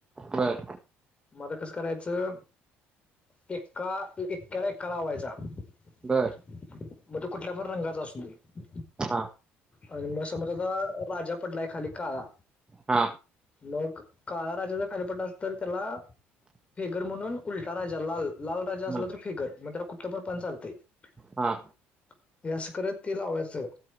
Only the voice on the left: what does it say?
मग आता कसं करायचं? एका इक्याला एका लावायचा.
<inaudible> मग तो कुठल्या पण रंगाचा असु दे. <inaudible>
अन मग समजा, राजा पडलाय खाली काळा
मग काळा राजा जर खाली पडला असंल तर, त्याला फेगर म्हणून उलटा राजा लाल लाल राजा असला
तर फिगर. मग् त्याला कुटलं पण पान चालतंय. <inaudible>
हे असं करत ते लावायचं.